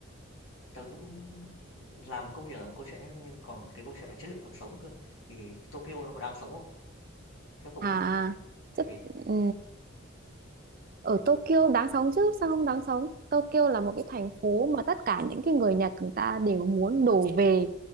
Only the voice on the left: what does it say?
tớ cũng làm công việc là một câu chuyện nhá nhưng còn cái câu chuyện về chất lượng cuộc sống cơ thì Tokyo nó có đáng sống không theo cậu
nghĩ bởi
vì